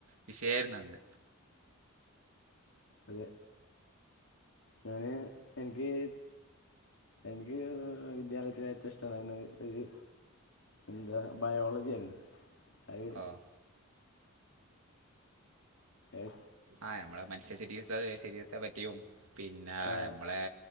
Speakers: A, on the right; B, on the left.
A: വിഷയേയ്ര്ന്നന്ന്
B: അത് ഞാന് എനിക്ക് എനിക്ക് വിദ്യാലയത്തിലേറ്റവും ഇഷ്ടമായിരുന്നയൊരു ഒര് എന്താ, ബയോളജിയായിരുന്നു അത്
A: ഓ
B: ഏ
A: ആഹ്, നമ്മളെമനുഷ്യ ശരീസ്തത് ശരീരത്തെ പറ്റിയും പിന്നെ
B: ആ
A: അമ്മളെ